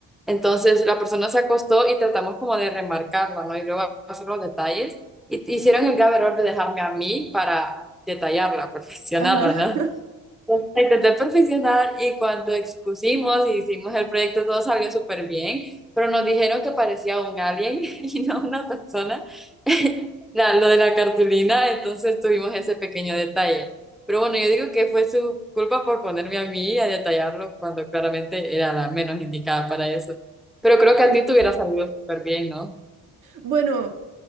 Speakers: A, in the centre; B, on the right (about 55°).
A: Entonces la persona se acostó y tratamos como de remarcarla, ¿no? Y luego hacer los detalles. Y hicieron el grave error de dejarme a mí para detallarla, <laughs> perfeccionarla,
B: ajá.
A: no
B: <laughs>
A: pues, intenté perfeccionar y cuando expusimos y hicimos el proyecto todo salió súper bien, pero nos dijeron que parecía un alien <laughs> y no una persona, <laughs> la- lo de la cartulina, entonces tuvimos ese pequeño detalle. Pero bueno, yo digo que fue su culpa por ponerme a mí a detallarlo cuando claramente era la menos indicada para eso. Pero creo que
B: sí
A: a ti te hubiera salido súper bien, ¿no?
B: Bueno,